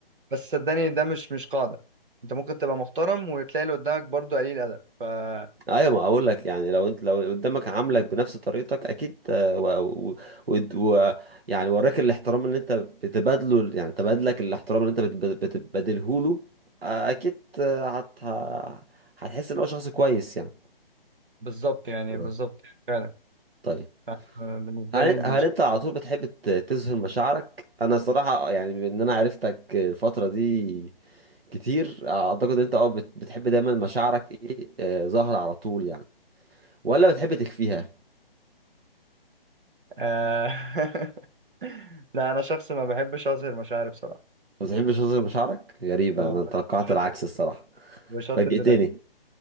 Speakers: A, on the right; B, on the right.
A: بس صدقني ده مش مش قاعدة انت ممكن تبقى محترم وتلاقي اللي قدامك برضه قليل أدب فمش
B: ايوه ما اقول لك يعني لو انت لو قدامك عاملك بنفس طريقتك اكيد آه، و... و... ود- و... يعني وراك الاحترام اللي انت بتبادله يعني تبادلك الاحترام اللي انت بت... بتبادله له آه، اكيد آه، هت... ه- هتحس ان هو شخص كويس يعني
A: بالظبط يعني
B: آه.
A: بالظبط فعلا
B: طيب
A: ف- آه، بالنسبة
B: هل
A: لي
B: انت
A: إن
B: هل
A: ش-
B: انت على طول بتحب ت- تظهر مشاعرك انا صراحة يعني بما ان انا عرفتك الفترة دي كتير اعتقد انت اه بت- بتحب دايما مشاعرك ايه آه، ظاهرة على طول يعني ولا بتحب تخفيها
A: آه <laughs> لا أنا شخص ما بحبش أظهر مشاعري بصراحة
B: ما بتحبش وزن بشعرك غريبة
A: اه
B: أنا توقعت
A: شاطر
B: العكس الصراحة
A: وشاطر
B: فاجئتني
A: في ده